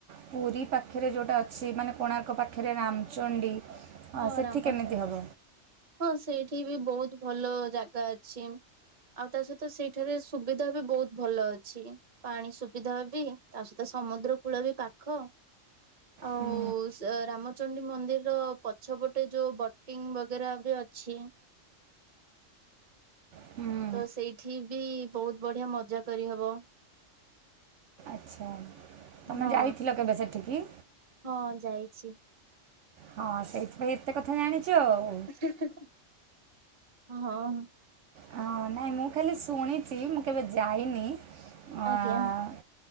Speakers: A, on the right (about 70°); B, on the right (about 40°).
A: ପୁରୀ ପାଖରେ ଯଉଟା ଅଛି। ମାନେ କୋଣାର୍କ ପାଖରେ ରାମଚଣ୍ଡୀ। ଅ,
B: ହଁ
A: ସେଠି
B: ରାମଚ।
A: କେମିତି ହବ
B: ହଁ ସେଇଠି ବି ବହୁତ ଭଲ ଜାଗା ଅଛି। ଆଉ ତା ସହିତ ସେଇ ଏଠାରେ ସୁବିଧା ବି ବହୁତ ଭଲ ଅଛି। ପାଣି ସୁବିଧା ବି ତା ସହିତ ସମୁଦ୍ର କୂଳ ବି ପାଖ। ଆଉ
A: ହୁଁ।
B: ରାମଚଣ୍ଡୀ ମନ୍ଦିରର ପ ପଛପଟେ ଯୋଉ ବଟିଂ ବଗେରା ବି ଅଛି।
A: ହୁଁ
B: ତ ସେଇଠି ବି ବହୁତ ବଢିଆ ମଜା କରିହବ।
A: ଆଚ୍ଛା ତମେ
B: ହଁ
A: ଯାଇଥିଲ କେବେ ସେଠିକି।
B: ହଁ ଯାଇଛି।
A: ହଁ ସେଇଥିପାଇଁ ଏତେ କଥା ଜାଣିଛ ଆଉ।
B: ହେ ହେ ହେ ହେ ହଁ।
A: ହଁ ନାଇଁ ମୁଁ ଖାଲି ଶୁଣିଛି ମୁଁ କେବେ ଯାଇନି। ଆଁ
B: ଆଜ୍ଞା